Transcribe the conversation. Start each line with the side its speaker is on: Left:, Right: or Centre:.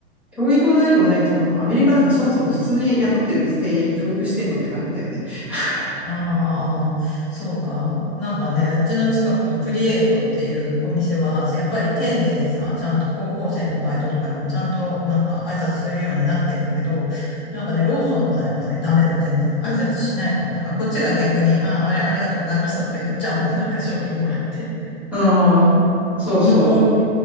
Centre: 教育も何もないっていうか、まあ、アメリカなんてそもそも普通に雇ってる定員教育してんのって感じだよね。<laughs>
Left: ああ、そうか。なんかね、うちの近くのクリエイトっていうお店は、やっぱり丁寧でさ、ちゃんと高校生のバイトとかでもちゃんとなんか挨拶するようになってんだけど、なんかね、ローソンはやっぱね、ダメだよ、全然。挨拶しないもん。なんかこっちが逆に、ああ、あれ、ありがとうございましたとか言っちゃうもん。なんか商品もらって。
Centre: うん、そうそ
Left: 無言みたいな。